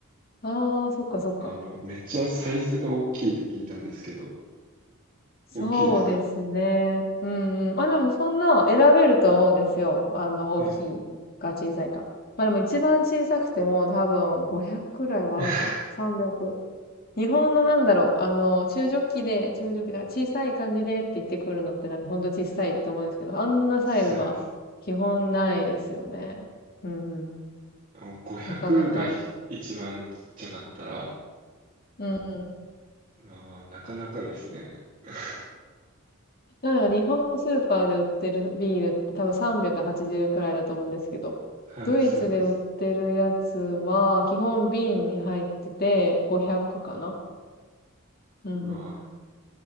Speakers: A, on the left; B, on the right.
A: ああ、そっかそっか。
B: あの、めっちゃサイズが大きいって聞いたんですけど、
A: そうですね。
B: 大きいですか
A: うんうん。まあでもそんな選べるとは思うんですよ。あの、大きいか小さいか。
B: はい。
A: まあでも一番小さくても多分500くくらいはあるかな。
B: <laughs>
A: 300。日本のなんだろう、あの、中ジョッキで、中ジョッキ、なんか小さい感じでって言ってくるのってなんかほんと小さいと思うんですけど、あんなサイズは基本ないですよね。
B: そうです。
A: うんうん。
B: あの500がひ一番ちっちゃかったら、
A: なかなか。うんうん。
B: あーなかなかですね。<laughs>
A: なんか日本のスーパーで売ってるビールって多分380くはちじゅうくらいだと思うんですけど、
B: はい、
A: ドイツで売ってるやつは基本瓶に入ってて500かな。
B: そうです。
A: うんうん。
B: うわ、